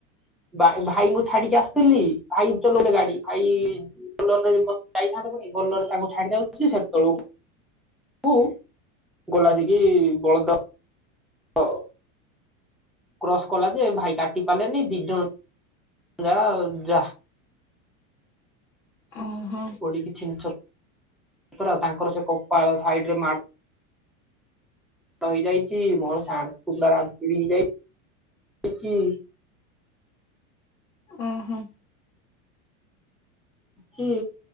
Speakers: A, in the centre; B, on the left.
A: ବାଇ ଭାଇଙ୍କୁ ଛାଡିକି ଆସୁଥିଲି ଭାଇ ବି ଚଲଉଥିଲେ ଗାଡି। ଭାଇ ବୋଲର ରେ ଯାଇଥାନ୍ତେ ପୁଣି ବଲରରେ ତାଙ୍କୁ ଛାଡି ଦଉଚି ସେତବଳକୁ ହୁ ଗଲାସିକି ବଳଦ ଦ କ୍ରସ୍ କଲା ଯେ ଭାଇ କାଟି ପାରିଲେନି ଦି ଜଣ ଯାଅ ଯା।
B: ଅ ହ।
A: ପଡିକି ଛିନ ଛ ତର ତାଙ୍କର ସେ କପାଳ ସାଇଡ଼ରେ ମା ଡ଼ ହେଇଯାଇଚି ମୋର ସେ ଆଣ୍ଠୁ ପୁରା ରାମ୍ପୁଡ଼ି ହେଇଯାଇଚି।
B: ଅଁ ହଁ।
A: କିଏ?